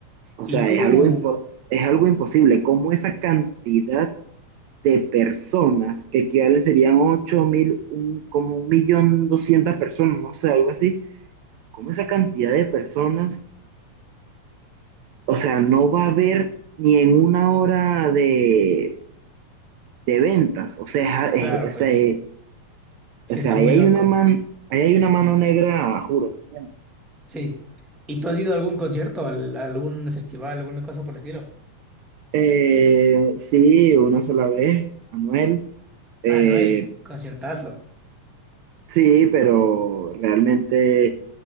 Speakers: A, on the right; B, in the centre.
A: O
B: Y
A: sea,
B: tú,
A: es algo impo- es algo imposible. ¿Cómo esa cantidad de personas que equivalen serían ocho mil, un- como un millón doscientas personas, no sé, algo así? como esa cantidad de personas, o sea, no va a haber ni en una hora de, de ventas, o sea, es-
B: claro,
A: es- o
B: pues,
A: sea, eh,
B: sí
A: o sea,
B: está muy
A: ahí hay
B: loco.
A: una man, ahí hay una mano negra, juro, ¿me entiendes?
B: Sí. ¿Y tú has ido a algún concierto, al- a algún festival, alguna cosa por el estilo?
A: Eh, sí, una sola vez, Manuel. eh,
B: Ah, Noel, el conciertazo.
A: Sí, pero realmente